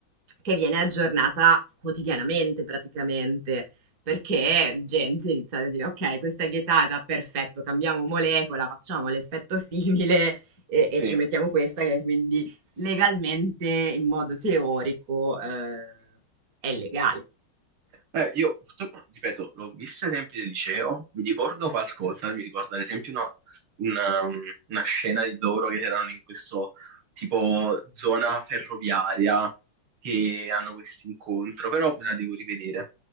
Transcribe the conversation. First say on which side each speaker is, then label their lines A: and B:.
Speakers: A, on the right; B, on the right.
A: che viene aggiornata quotidianamente praticamente. Perché gente inizia a dire, ok, questa è vietata, perfetto, cambiamo molecola, facciamo l'effetto simile e, e
B: Sì.
A: ci mettiamo questa che quindi legalmente, in modo teorico, eh, è legale.
B: Eh, io purtroppo, ripeto, l'ho vista ai tempi del liceo, mi ricordo qualcosa, mi ricordo ad esempio una, una- una scena di loro che erano in questo tipo zona ferroviaria che hanno questo incontro, però me la devo rivedere.